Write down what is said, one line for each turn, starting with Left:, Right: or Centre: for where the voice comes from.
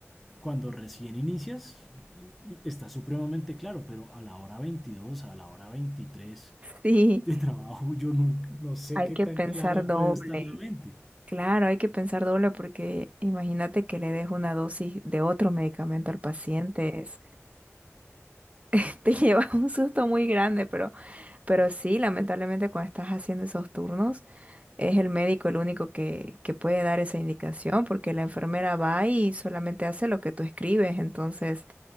Centre: cuando recién inicias está supremamente claro, pero a la hora veintidós a la hora 23
Right: Sí,
Centre: de trabajo, yo no, no sé
Right: hay
Centre: qué
Right: que
Centre: tan
Right: pensar
Centre: clara
Right: doble.
Centre: puede estar la mente.
Right: Claro, hay que pensar doble porque imagínate que le des una dosis de otro medicamento al paciente, es- <laughs> te lleva un susto muy grande, pero, pero sí, lamentablemente cuando estás haciendo esos turnos, es el médico el único que, que puede dar esa indicación porque la enfermera va y solamente hace lo que tú escribes, entonces